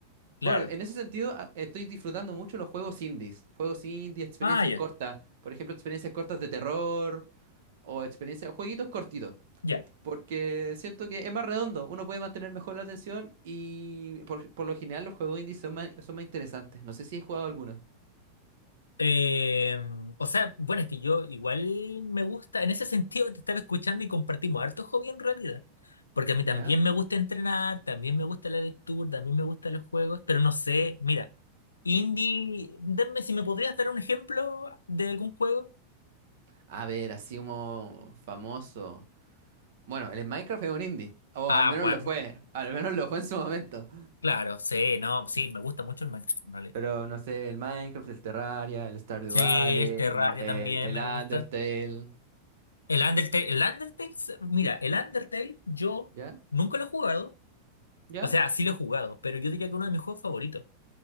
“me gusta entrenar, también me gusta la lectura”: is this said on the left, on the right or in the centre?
Left